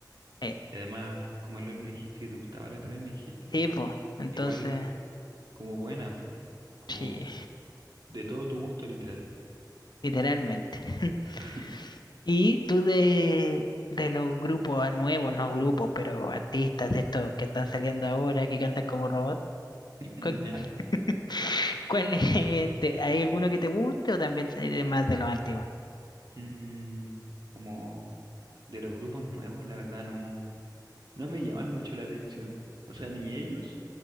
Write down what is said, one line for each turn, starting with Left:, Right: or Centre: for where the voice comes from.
Left: Eh,
Right: Y además, como el LOL me dijiste que te gustaba la otra vez, me dijiste,
Left: sí, pues, entonces,
Right: igual como buena, po. Como
Left: sí,
Right: de todo tu gusto literal.
Left: literalmente. <laughs>
Right: <laughs>
Left: Y tú de, de los grupos nuevos, no grupos, pero artistas de estos que están saliendo ahora, que cantan como robot
Right: ¿Ya?
Left: ¿cuál, <laughs> cuál es, te- hay alguno que te guste o también eres más de los antiguos?
Right: Mm, como de los grupos nuevos, la verdad no, no me llaman mucho la atención. O sea, ni ellos,